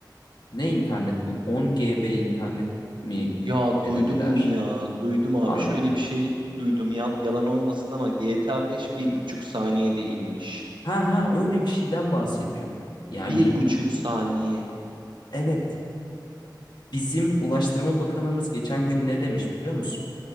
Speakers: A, on the left; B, on the right.
A: ne internet bu? 10 GB internet mi
B: Ya
A: denediler?
B: duydum onu ya. Duydum abi.
A: Abi
B: Şöyle bir şey duydum. Yan- yalan olmasın ama GTA 5 bir buçuk saniyede inmiş.
A: ha ha öyle bir şeyden bahsediyor. Yani
B: Bir buçuk saniye.
A: evet bizim Ulaştırma Bakanımız geçen gün ne demiş biliyor musun?